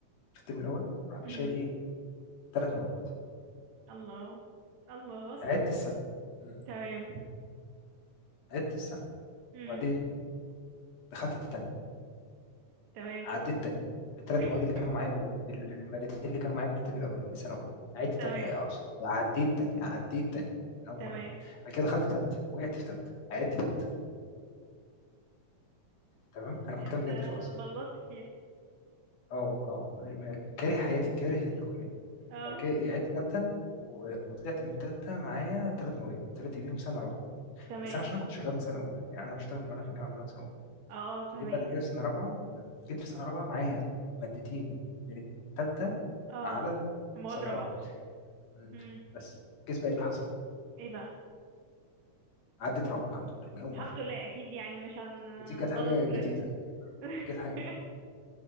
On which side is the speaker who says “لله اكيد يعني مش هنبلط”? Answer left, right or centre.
Right